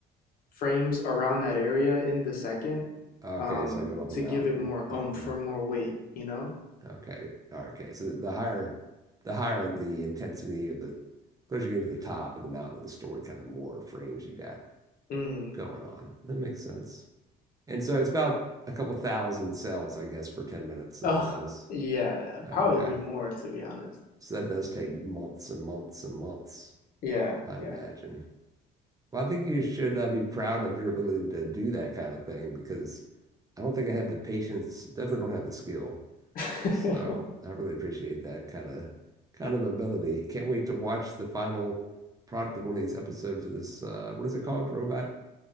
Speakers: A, on the left; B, on the right.
A: frames around that area in the second
B: Okay,
A: um,
B: it's like going up
A: to
B: a mountain.
A: give it more oomph
B: Okay.
A: or more weight, you know?
B: Okay. All right, Okay. So the, the higher the higher the intensity of the closer you get to the top of the mountain the story, kind of more frames you got
A: hmm
B: going on. That makes sense. And so it's about a couple thousand cells, I guess, for 10 minutes is
A: Oh,
B: what I was.
A: yeah,
B: Okay.
A: probably more to be honest.
B: So that does take months and months and months,
A: Yeah,
B: I
A: yeah.
B: imagine. Well, I think you should uh, be proud of your ability to do that kind of thing because I don't think I have the patience, definitely don't have the skill.
A: <laughs>
B: So I really appreciate that kind of kind of ability. Can't wait to watch the final product of one of these episodes of this uh, what is it called? Robot